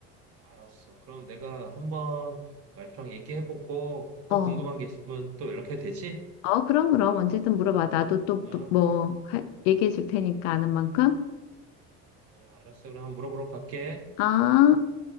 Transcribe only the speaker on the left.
어.
어, 그럼, 그럼. 언제든 물어봐. 나도 또,
또 뭐,
할- 얘기해 줄 테니까 아는 만큼.
아.